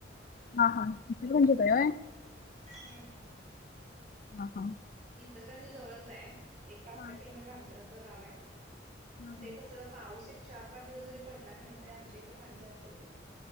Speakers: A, on the left; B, on the right.
A: हा हािल म्हणजू काोय
B: हम्म
A: हा हा
B: हिचलगजी जवळच आहे एक पाच सहा
A: हा
B: किलोमीटर अंतराचं गाव आहे
A: हा
B: मग ते कसं पाऊस एक चार पाच दिवस जरी पडला काी नाही तरी आमच्या इथं पाणी जास्त येते